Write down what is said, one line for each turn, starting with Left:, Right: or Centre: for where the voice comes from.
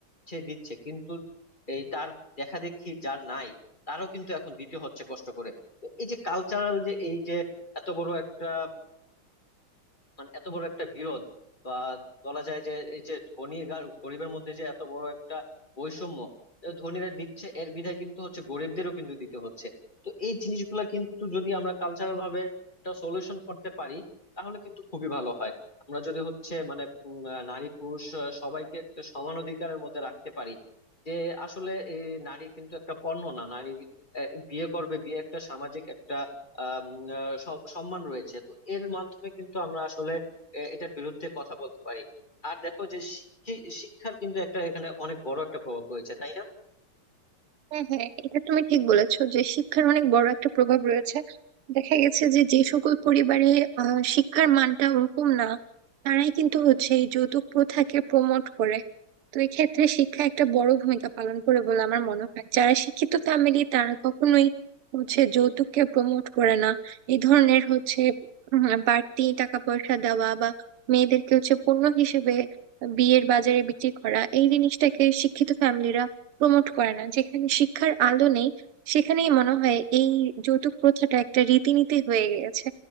Left: সে দিচ্ছে কিন্তু এই তার দেখা দেখি যার নাই তারও কিন্তু এখন দিতে হচ্ছে কষ্ট করে তো এই যে কালচারাল যে এই যে এত বড় একটা মানে এত বড় একটা বিরোধ বা বলা যায় যে এই যে ধনী আর গরিবের মধ্যে যে এত বড় একটা বৈষম্য এ ধনীরা দিচ্ছে এর বিধায় কিন্তু হচ্ছে গরিবদেরও কিন্তু দিতে হচ্ছে তো এই জিনিসগুলা কিন্তু যদি আমরা কালচারাল ভাবে একটা সলিউশন করতে পারি তাহলে কিন্তু খুবই ভালো হয় আমরা যদি হচ্ছে মানে উম, আহ, নারী পুরুষ আহ, সবাইকে একটা সমান অধিকারের মধ্যে রাখতে পারি যে আসলে এই নারী কিন্তু একটা পণ্য না নারী আহ, বিয়ে করবে বিয়ে একটা সামাজিক একটা আম, আহ, সম- সম্মান রয়েছে তো এর মাধ্যমে কিন্তু আমরা আসলে এ- এটার বিরুদ্ধে কথা বলতে পারি আর দেখো যে শিক্ষি- শিক্ষার কিন্তু একটা এখানে অনেক বড় একটা প্রভাব রয়েছে তাই না
Right: হ্যাঁ হ্যাঁ এটা তুমি ঠিক বলেছো যে শিক্ষার অনেক বড় একটা প্রভাব রয়েছে দেখা গেছে যে যে সকল পরিবারে আহ, শিক্ষার মানটা ওরকম না তারাই কিন্তু হচ্ছে এই যৌতুক প্রথাকে প্রমোট করে তো এই ক্ষেত্রে শিক্ষা একটা বড় ভূমিকা পালন করে বলে আমার মনে হয় যারা শিক্ষিত ফ্যামিলি তারা কখনোই হচ্ছে যৌতুককে প্রমোট করে না এই ধরনের হচ্ছে উম, বাড়তি টাকা পয়সা দেওয়া বা মেয়েদেরকে হচ্ছে পণ্য হিসেবে বিয়ের বাজারে বিক্রি করা এই জিনিসটাকে শিক্ষিত ফ্যামিলিরা প্রমোট করে না যেখানে শিক্ষার আলো নেই সেখানেই মনে হয় এই যৌতুক প্রথাটা একটা রীতিনীতি হয়ে গেছে